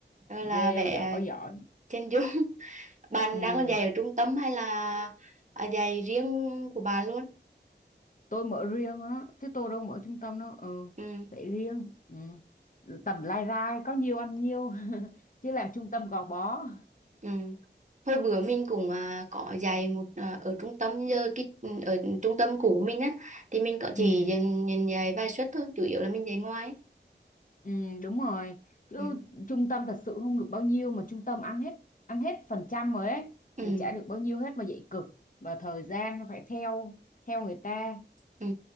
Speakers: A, on the right; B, on the left.
A: Rồi là
B: ghê
A: vẽ
B: giỏi giỏi
A: chân dung <laughs> bạn
B: ừ
A: đang còn dạy ở trung tâm hay là à, dạy riêng của bạn luôn
B: tôi mở riêng á chứ tôi đâu mở trung tâm đâu ừ
A: ừ.
B: để riêng ừ tầm lai rai có nhiêu ăn nhiêu <laughs> chứ làm trung tâm gò bó
A: Ừ. Hồi bữa mình cũng à, có dạy một à, ở trung tâm giờ cái ừ, ở trung tâm cũ mình á thì mình có chỉ
B: ừ
A: dành, dành dạy vài suất thôi chủ yếu là mình dạy ngoài
B: ừ đúng rồi chứ
A: ừ.
B: trung tâm thật sự không được bao nhiêu mà trung tâm ăn hết ăn hết phần trăm rồi ấy
A: Ừ.
B: mình trả được bao nhiêu hết mà dạy cực và thời gian nó phải theo theo người ta
A: Ừ.